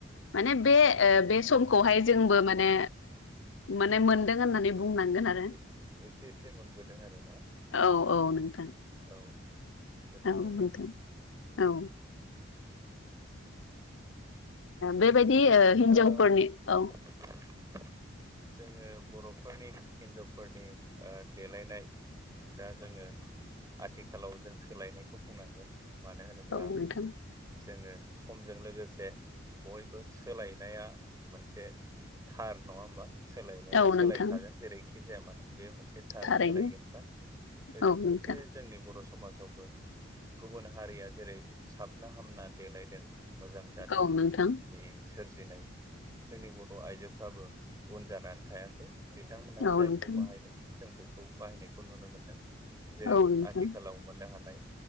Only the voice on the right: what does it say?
औ आदसा
इस एसे एसे मोनबोदों आरो ना।
औ जोबोद
मोजां
नंगौ
ओ
जोङो बर' फोरनि हिनजावफोरनि ओ देलायनाय दा जोङो आथिखालाव जों सोलायनायखौ बुंनांगोन। मानो होनोबा
जोङो समजों लोगोसे बयबो सोलायनाया मोनसे थार। नङा होमबा? सोलायनाया
सोलायखागोन
जेरैखि जाया मानो बे मोनसे थार
सोलायगोनखा। बेजों
लोगोसे
जोंनि बर' समाज फोरावबो गुबुन हारिया जेरै साबना हामना देलायदों मोजां दाथु
नि सोरजिनाय जोंनि बर' आइजोफ्राबो उन जानानै थायाखै। बिथांमोना
जायखौ
बाहायदों जों बेखौ बाहायनायखौ नुनो मोनदों। जेरै
आथिखालाव मोननो हानाय